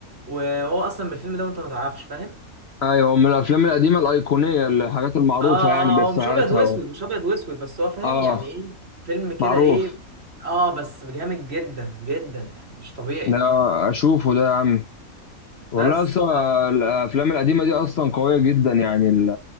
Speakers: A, on the right; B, on the left.
A: وهو اصلا بالفيلم ده وانت ما تعرفش فاهم
B: ايوه من الافلام القديمه الايقونيه الحاجات المعروفه
A: اه اه
B: يعني بإفيهاتها
A: هو مش ابيض واسود
B: و...
A: مش ابيض واسود بس هو فاهم
B: اه
A: يعني ايه فيلم كده
B: معروف
A: ايه اه بس جامد جدا جدا يعني مش طبيعي
B: ده اشوفه ده يا عم والله
A: بس
B: اصلا
A: ف...
B: الافلام القديمه دي اصلا قويه جدا يعني ال-